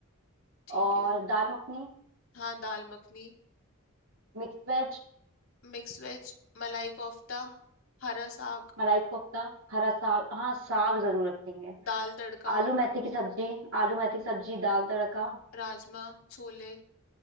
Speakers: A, on the left (about 70°); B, on the right (about 65°).
A: ठीक
B: और
A: है
B: दाल मखनी
A: हाँ दाल मखनी
B: मिक्स वेज
A: मिक्स वेज मलाई कोफ्ता हरा साग
B: मलाई कोफ्ता हरा साग हाँ साग जरूर रखेंगे
A: दाल तड़का
B: आलू मेथी की सब्जी आलू मेथी की सब्जी दाल तड़का
A: राजमा छोले